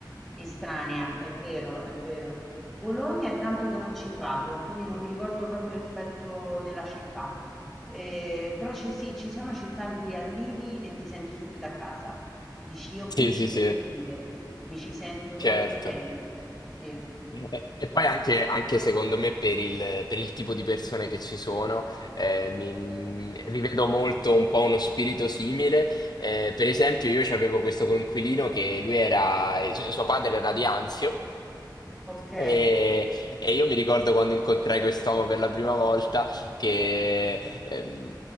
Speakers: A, in the centre; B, on the left.
A: estranea, è vero, è vero. Bologna è tanto che non ci vado, quindi non mi ricordo proprio l'effetto della città. Eh, però ci, sì, ci sono città in cui arrivi e ti senti subito a casa. Dici: "Io
B: Sì,
A: qui ci
B: sì,
A: potrei
B: sì,
A: vivere, mi ci sento
B: certo.
A: proprio bene". Sì,
B: E, e poi anche, anche secondo me per il, per il tipo di persone che ci sono, eh, mi, mi rivedo molto un po' uno spirito simile. Eh, per esempio, io avevo questo coinquilino che lui era, eh, su- suo padre era di Anzio.
A: okay.
B: E, e io mi ricordo quando incontrai quest'uomo per la prima volta che ehm,